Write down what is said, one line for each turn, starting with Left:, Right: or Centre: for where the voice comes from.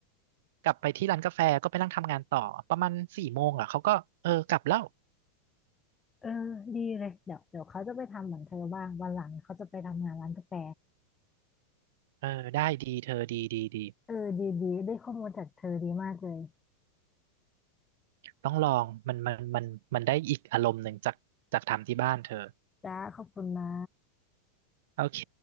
Right: กลับไปที่ร้านกาแฟก็ไปนั่งทำงานต่อประมาณสี่โมงอ่ะเขาก็เออกลับแล้ว
Left: เออดีเลยเดี๋ยวเดี๋ยวเขาจะไปทำเหมือนเธอบ้าง วันหลังเขาจะไปทำงานร้านกาแฟ
Right: เออได้ดีเธอดีดีดี
Left: เออดีดีได้ข้อมูลจากเธอดีมากเลย
Right: ต้องลองมันมันมันมันได้อีกอารมณ์หนึ่งจากจากทำที่บ้านเธอ
Left: จ้าขอบคุณนะ
Right: โอเค